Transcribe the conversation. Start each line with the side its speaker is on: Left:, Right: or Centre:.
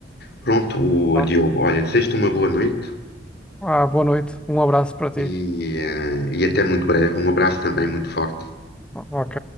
Left: Pronto, o
Centre: Tá
Left: Diogo,
Centre: bem?
Left: olha, desejo-te uma boa noite.
Centre: Ah, boa noite. Um abraço para ti.
Left: E, eh, e até muito breve. Um abraço também muito forte.
Centre: Ok.